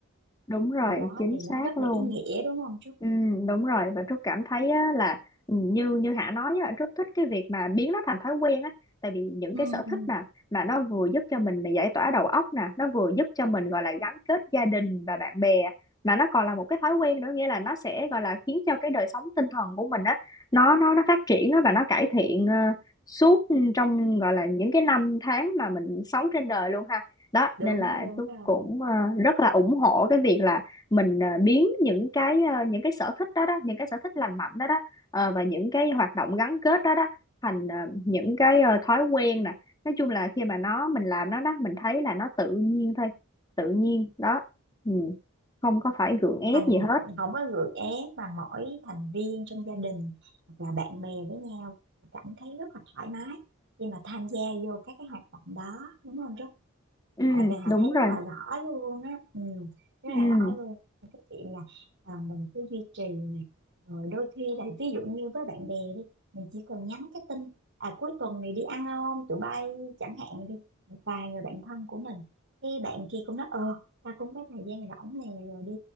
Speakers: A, on the left (about 20°); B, on the right (about 60°).
A: đúng rồi
B: điều đó
A: chính
B: thì
A: xác
B: nó rất
A: luôn
B: là ý nghĩa đúng không Trúc?
A: Ừ, đúng rồi và Trúc cảm thấy á, là ừ, như như Hạ nói á, Trúc thích cái việc mà biến nó thành thói quen á tại vì những
B: ừ
A: cái sở
B: ừ
A: thích mà mà nó vừa giúp cho mình là giải tỏa đầu óc nè nó vừa giúp cho mình gọi là gắn kết gia đình và bạn bè mà nó còn là một cái thói quen nữa nghĩa là nó sẽ gọi là khiến cho cái đời sống tinh thần của mình á nó nó nó phát triển á, và nó cải thiện ờ, suốt ừ, trong gọi là những cái năm tháng mà mình sống trên đời luôn ha đó
B: đúng
A: nên là
B: đúng
A: Trúc
B: rồi
A: cũng ờ, rất là ủng hộ cái việc là mình à, biến những cái à, những cái sở thích đó đó những cái sở thích lành mạnh đó đó ờ, và những cái hoạt động gắn kết đó đó thành à, những cái à, thói quen nè nói chung là khi mà nó mình làm nó đó mình thấy là nó tự nhiên thôi tự nhiên đó ừ. không có phải gượng ép
B: thành
A: gì hết
B: không có gượng ép mà mỗi thành viên trong gia đình hoặc là bạn bè với nhau cảm thấy rất là thoải mái khi mà tham gia vô các cái hoạt động đó đúng không rất
A: ừ
B: Dạ thì họ
A: đúng
B: thấy
A: rồi
B: rất là rõ luôn á ừ, rất
A: ừ
B: là rõ luôn cái chuyện là à, mình cứ duy trì này rồi đôi khi là ví dụ như với bạn bè đi mình chỉ cần nhắn cái tin à cuối tuần này đi ăn không tụi bay chẳng hạn đi một vài người bạn thân của mình cái bạn kia cũng nói ờ ta cũng có thời gian rỗng này rồi đi